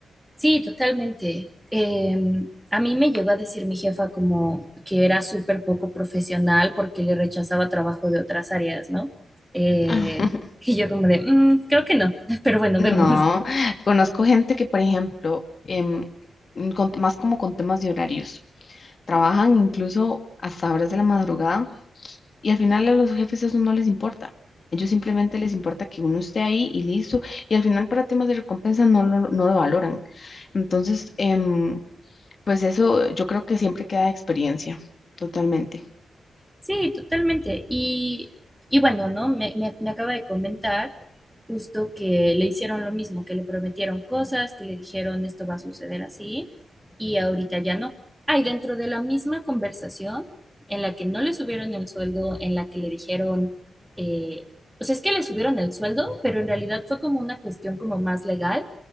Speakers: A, in the centre; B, on the left (about 50°).
A: sí, totalmente. Em, a mí me llegó a decir mi jefa como que era súper poco profesional porque le rechazaba trabajo de otras áreas, ¿no? Eh,
B: <laughs>
A: y yo como de, "Mm, creo que no, <laughs> pero bueno,
B: No,
A: vemos.
B: conozco gente que, por ejemplo, em, mm, con- más como con temas de horarios, trabajan incluso hasta horas de la madrugada y al final a los jefes eso no les importa. Ellos simplemente les importa que uno esté ahí y listo. Y al final para temas de recompensa no lo, no lo valoran. Entonces, em, pues eso yo creo que siempre queda de experiencia, totalmente.
A: Sí, totalmente. Y, y bueno, ¿no? Me, me, me acaba de comentar justo que le hicieron lo mismo, que le prometieron cosas, que le dijeron esto va a suceder así y ahorita ya no. Hay dentro de la misma conversación en la que no le subieron el sueldo, en la que le dijeron, eh, o sea, es que le subieron el sueldo, pero en realidad fue como una cuestión como más legal,